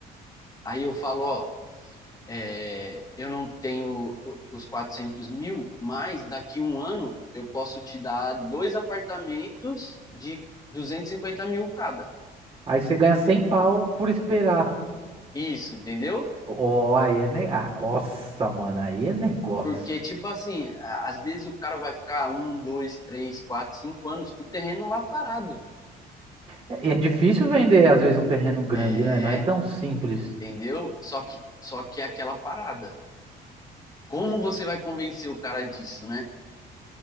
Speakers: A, on the left; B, on the right.
A: Aí eu falo, ó, é, eu não tenho os 400 mil, mas daqui um ano eu posso te dar dois apartamentos de 250 mil cada.
B: aí você ganha 100 pau por esperar.
A: Isso, entendeu?
B: Ó, aí é ne... ah, Nossa, mano, aí é negócio.
A: Porque, tipo assim, às vezes o cara vai ficar um, dois, três, quatro, cinco anos com o terreno lá parado.
B: É, é difícil vender, às vezes, um terreno grande,
A: É,
B: né? Não é tão simples.
A: entendeu? Só que, só que é aquela parada. Como você vai convencer o cara disso, né?